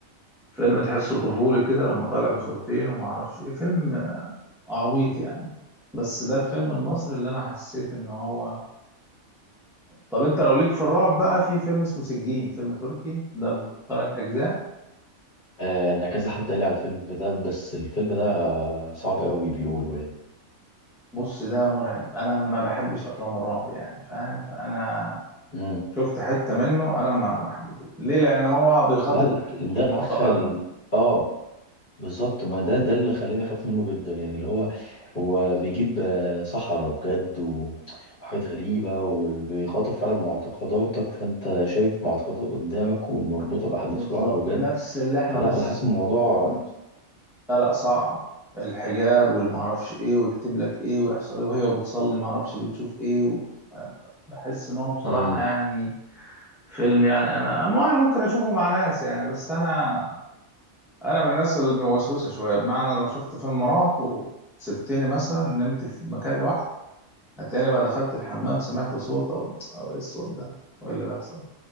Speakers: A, in the centre; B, on the left.
A: فيلم تحسه طفولي كده لما طالع بصورتين وما اعرفش ايه فيلم عبيط يعني بس ده الفيلم المصري اللي انا حسيت ان هو طب انت لو ليك في الرعب بقى في فيلم اسمه سجين فيلم تركي ده بثلاث اجزاء
B: آه، انا كذا حد قال لي على الفيلم ده بس الفيلم ده صعب قوي بيقولوا يعني
A: بص ده مرعب انا ما بحبش افلام الرعب يعني فاهم فانا
B: امم
A: شفت حتة منه انا ما ما حبيته ليه لان هو بيخاطب
B: لا لا، مدخل
A: معتقدنا
B: اه بالظبط ما ده ده اللي خليني اخاف منه جدا يعني اللي هو هو بيجيب آه، سحرة بجد و- وحاجات غريبة وبيخاطب فعلا معتقداتك فانت شايف معتقدات قدامك ومربوطة بأحداث
A: بالظبط
B: رعب بجد
A: نفس اللي احنا
B: فلا
A: بص
B: انا حاسس الموضوع
A: لا لا صعب الحجاب والمعرفش ايه ويكتب لك ايه ويحصل ايه وهي بتصلي معرفش بتشوف ايه و... بحس ان هو بصراحة
B: امم
A: يعني فيلم يعني انا ما ممكن اشوفه مع ناس يعني بس انا انا من الناس الموسوسه شويه بمعنى لو شفت فيلم رعب وسبتني مثلا نمت في مكان لوحدي هتلاقيني بقى دخلت الحمام سمعت صوت او او ايه الصوت ده وايه اللي بيحصل